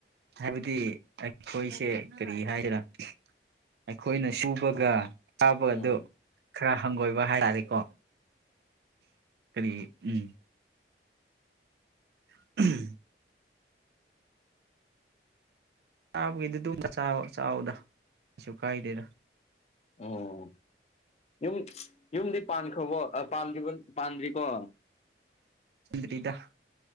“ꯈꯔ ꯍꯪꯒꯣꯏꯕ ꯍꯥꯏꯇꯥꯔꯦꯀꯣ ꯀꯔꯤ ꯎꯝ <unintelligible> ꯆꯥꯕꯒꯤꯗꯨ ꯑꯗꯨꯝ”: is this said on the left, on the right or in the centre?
Right